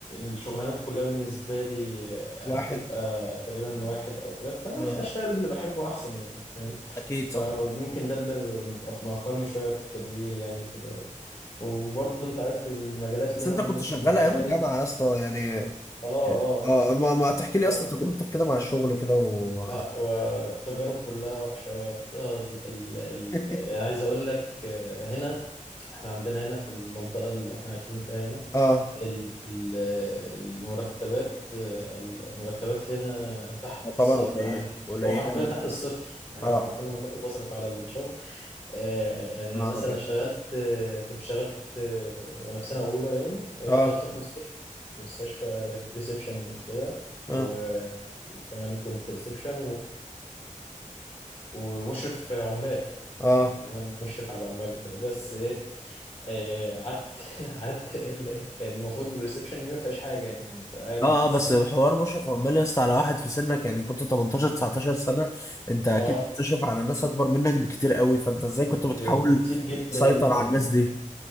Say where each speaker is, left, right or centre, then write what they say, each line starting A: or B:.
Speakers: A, on the left; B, on the left.
A: الشغلانات كلها بالنسبه لي هتبقى
B: واحد
A: تقريبا واحد او كده فانا
B: آه.
A: أش- اشتغل اللي بحبه احسن يعني فاهم
B: اكيد
A: فممكن
B: صح
A: ده اللي متأخ- مأخرني شويه في التدوير يعني وكده وبرضه انت عارف المجالات اللي
B: بس
A: انا
B: انت
A: ممكن
B: كنت شغال
A: متاحه
B: ايام الجامعه
A: لي
B: يا اسطى يعني
A: اه اه
B: اه ما, ما تحكي لي يا
A: اه
B: اسطى تجربتك كده مع الشغل كده و
A: لا والتجارب كلها وحشه أوي. أصل ال ال ال
B: <laughs>
A: يعني عايز اقول لك آه، هنا احنا عندنا هنا في المنطقه اللي احنا عايشين فيها هنا
B: اه
A: ال- ال- المرتبات المرتبات هنا تحت
B: تعتبر
A: الصفر
B: قليله
A: عايز أقول-
B: قليله
A: هو حرفيا
B: من-
A: تحت الصفر يعني
B: اه
A: هو حرفيا انا كنت بصرف على الشغل آه، يعني
B: نهار
A: مثلا
B: ابيض
A: اشتغلت آه، كنت اشتغلت آه، وانا في سنه اولى باين آه،
B: اه
A: اشتغلت في مستشفى مستشفى ريسبشن كده
B: اه
A: و- وكمان كنت ريسبشن ومشرف عمال
B: اه
A: يعني انا المشرف على العمال وكده بس ايه آه، قعدت <laughs> قعدت ال- المفروض الريسبشن ما فيهاش حاجه يعني انت قاعد
B: اه
A: بتستنى
B: اه بس حوار مشرف
A: شكرا
B: عمال يا اسطى على واحد في سنك يعني كنت 18 19 سنة انت اكيد
A: اه
B: بتشرف على ناس اكبر منك بكتير قوي فانت ازاي كنت
A: ب-
B: بتحاول
A: بكتير جدا
B: تسيطر
A: جدا
B: على الناس دي